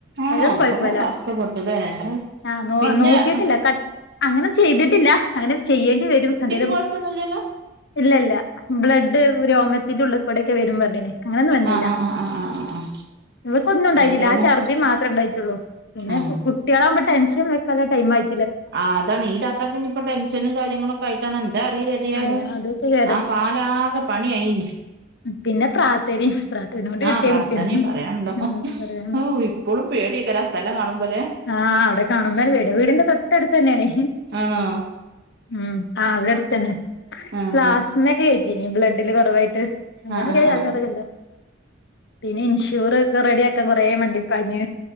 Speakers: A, on the right; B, on the left.
A: ആണോ
B: അയ്ലൊന്നും കൊയപ്പില്ല
A: കൊറേ കഷ്ടപ്പെട്ടുല്ലേ
B: ആഹ്
A: പിന്നെ
B: നോക്കിട്ടില്ല ക അങ്ങനൊന്നും ചെയ്തിട്ടില്ല അങ്ങനെ ചെയ്യേണ്ടി വരും എന്തേലും
A: കൊഴപ്പോന്നൂല്ലല്ലോ
B: ഇല്ല ഇല്ല ബ്ലഡ് രോമത്തിന്റെ ഉള്ളിൽ കൂടെ ഒക്കെ വരും പറഞ്ഞിനി അങ്ങനൊന്നും വന്നില്ല
A: ആഹ് ആഹ് ആഹ് ആഹ് ആഹ് ആഹ് ആഹ്
B: ഇവക്കൊന്നും ഉണ്ടായിട്ടില്ല
A: ഏതായാലും
B: ആ ഛർദി മാത്രേ ഉണ്ടായിട്ടുള്ളൂ പിന്നെ
A: ആഹ്
B: കുട്ട്യാളാവുമ്പോ ടെൻഷൻ വെക്കാനുള്ള ടൈം ആയി
A: ആഹ് അതാണ് ഈ താത്താക്ക ഇപ്പൊ ടെൻഷനും കാര്യങ്ങളൊക്കെ കയിട്ടണം എന്താ അറിയില എതിയാലും
B: അങ്ങ അതൊക്കെ കേര
A: ആ കാലാകെ പണി അയിനി
B: പിന്നെ പ്രാത്തന പ്രാത്തന കൊണ്ട് കിട്ടിയ
A: ആഹ് പ്രാർത്ഥനയും
B: കുട്ടിയാന്ന്
A: പറയാനുണ്ടോ
B: ഒന്നും പറയ
A: ഓ ഇപ്പോഴും പേടിയയ്ക്കാരം ആ സ്ഥലം കാണുമ്പോലെ?
B: ആഹ് അവിടെ കാണുന്നെന്നെ പേടിയാ വീടിന്റെ തൊട്ടടുത്ത് തന്നെയണേ
A: ആണോ
B: ഉം ആഹ് ഇവിടെ അടുത്ത തന്നെ
A: ആഹ്
B: പ്ലാസ്മ ഒക്കെ കേറ്റിനി ബ്ലഡില് കൊറവായിട്ട് അങ്ങനൊക്കെ
A: ആഹ് ആഹ് ആഹ്
B: അൽറല്ലോ പിന്നെ ഇൻഷൂർ ഒക്കെ റെഡിയക്കാൻ കൊറേ വണ്ടിപ്പാഞ്ഞു